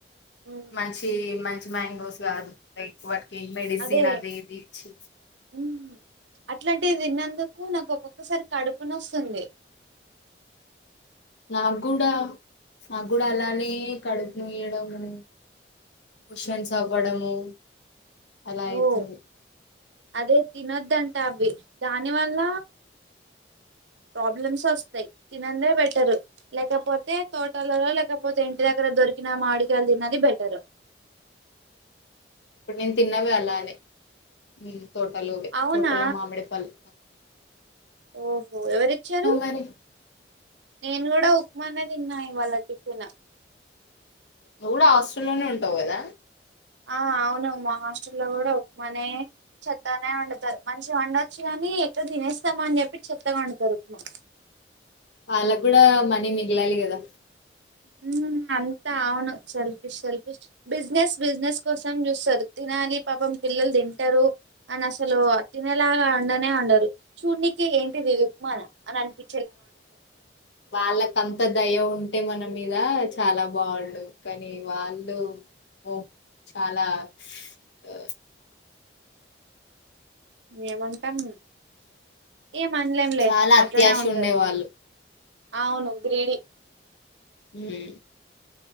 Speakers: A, on the right; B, on the left.
A: ఉమ్
B: మంచి మం చు మంగోస్ గాదు <unintelligible> కి మెడిసిన్
A: అదే
B: అది ఇది ఇచ్చి
A: ఉమ్ అట్లాంటివి తిన్నందుకు నాకు ఒక్కొక్కసారి కడుపున నొస్తుంది
B: నాకు కూడా నాకు కూడా అలానే కడుపు నొయడము ముషన్స్ అవ్వడము అలా అయితుంది
A: ఓ అదే తినొద్దంట అవి దానివల్ల ప్రాబ్లమ్స్ వస్తాయి తినందే బెటరు లేకపోతే తే తోటలలో లేకపోతే ఇంటి దగ్గర దొరికిన మాడికాయలు తిన్నది బెటరు
B: ఇప్పుడు నేను తిన్నవి అలానే ఊ తోటలోవే
A: అవునా
B: తోటలో మామిడిపల్లు
A: ఓహో ఎవరిచ్చారు
B: మరి
A: నేను కూడా ఉప్మా నే దిన్నా ఇవాళ టిఫిను
B: నువు కూడ హాస్ట లోనే ఉంటావు కదా
A: ఆ అవును మా హాస్టల్లో కూడా ఉప్మానే చెత్తానే వండుతారు మంచిగ వండొచ్చు కానీ నీ ఎక్కడ తినేస్తామో అని చెప్పి చెత్తగా వండుతారు ఉప్మా
B: వాళకు కూడా మనీ మిగిలాలి కదా
A: ఊ అంతా అవును సెల్ఫిష్ సెల్ఫిష్ బిజినెస్ బిజినెస్ కోసం చూస్తారు తినాలి పాపం పిల్లలు తింటారు అని అసలు అద్ తినలాగా అండనే అండరు చూడ్నికి ఏంటిది ఉప్మాన అని అనిపి
B: వాళ్లక్ అంత దయ ఉం అంటే మన మీద చాలా బాగుండు కానీ వాళ్ళు ఓ చాలా ఆ
A: ఏమంటాం ఏం అనలేంలే
B: చాలా అత్యాశ
A: అట్లనే ఉంటారు
B: ఉండేవాళ్ళు
A: అవును గ్రీడి
B: మ్మ్